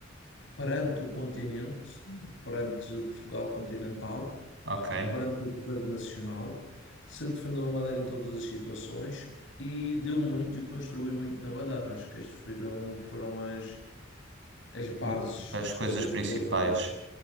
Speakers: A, on the left; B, on the right.
A: perante o continente, perante Portugal continental,
B: Ok.
A: per- perante o governo nacional, sempre defendeu a Madeira em todas as situações e deu muito e construiu muito na Madeira. Acho que estas foram, foram as, as bases
B: O- as coisas
A: do, do
B: principais.
A: poder da.